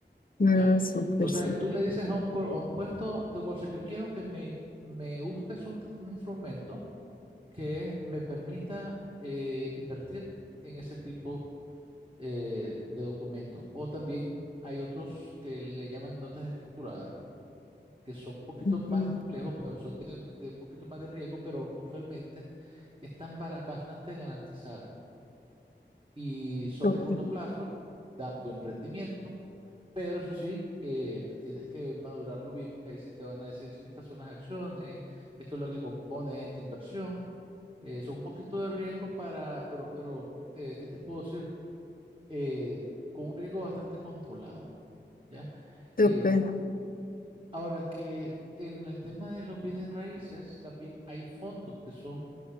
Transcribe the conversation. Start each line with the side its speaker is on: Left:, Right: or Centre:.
Left: Ah,
Right: ¿ya?
Left: súper,
Right: Entonces,
Left: sí.
Right: tú le dices a un, cor- a un puesto de bolsa, yo quiero que me, me busques un, tru- un instrumento que me permita eh, invertir en ese tipo eh, de documento. O también hay otros que le llaman notas estructuradas, que son un poquito
Left: ujú,
Right: más complejos, pero son de, de un poquito más de riesgo, pero usualmente están bara- bastante garantizadas y son
Left: Súper,
Right: de corto plazo, dan buen rendimiento pero eso sí, eh, tienes que madurarlo bien, porque ahí sí te van a decir, estas son las acciones, esto es lo que compone esta inversión. Eh, son un poquito de riesgo para, pero, pero eh, ¿qué te puedo decir? Eh, con un riesgo bastante controlado, ¿ya?
Left: súper.
Right: Eh, ahora que en el tema de los bienes raíces, también hay fondos que son